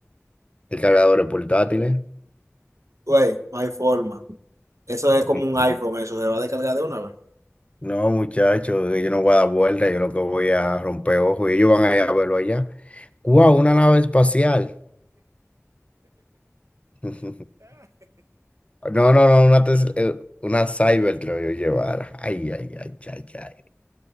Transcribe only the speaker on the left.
Hay cargadores portátiles.
Como
que
No, muchachos, yo no voy a dar vuelta, yo lo que voy a romper ojos y ellos van a ir a verlo allá. ¡Wow! Una nave espacial. <laughs> No, no, no, una, tes- eh, una Cybertruck yo llevara. Ay, ay, ay, ay, ay.